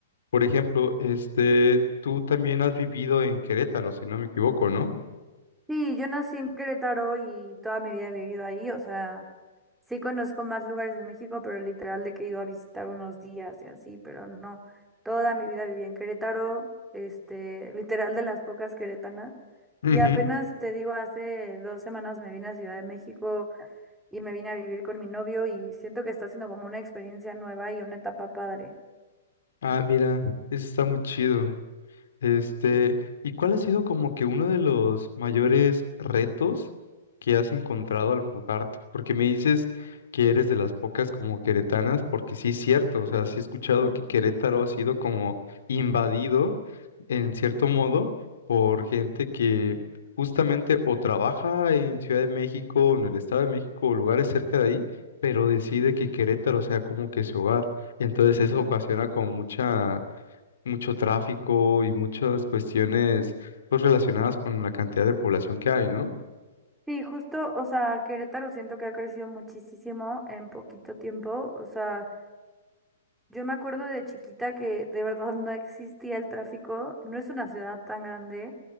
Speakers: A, on the left; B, in the centre.
A: Por ejemplo, este, tú también has vivido en Querétaro, si no me equivoco, ¿no?
B: Sí, yo nací en Querétaro y toda mi vida he vivido ahí, o sea, sí conozco más lugares de México, pero literal de que he ido a visitar unos días y así, pero no, toda mi vida viví en Querétaro, este, literal de las pocas queretanas,
A: Ujú.
B: y apenas te digo, hace dos semanas me vine a Ciudad de México y me vine a vivir con mi novio y siento que está siendo como una experiencia nueva y una etapa padre.
A: Ah, mira, eso está muy chido. Este, ¿y cuál ha sido como que uno de los mayores retos que has encontrado al mudarte? Porque me dices que eres de las pocas como queretanas, porque sí es cierto, o sea, sí he escuchado
B: Ujú,
A: que Querétaro ha sido como invadido en cierto modo por gente que justamente o trabaja en Ciudad de México, o en el Estado de México o lugares cerca de ahí, pero decide que Querétaro sea como que su hogar. Entonces
B: ujú.
A: eso ocasiona como mucha mucho tráfico y muchas cuestiones pues relacionadas con la cantidad de población que hay, ¿no?
B: Sí, justo, o sea, Querétaro siento que ha crecido muchísimo en poquito tiempo. O sea, yo me acuerdo de chiquita que de verdad no existía el tráfico, no es una ciudad tan grande.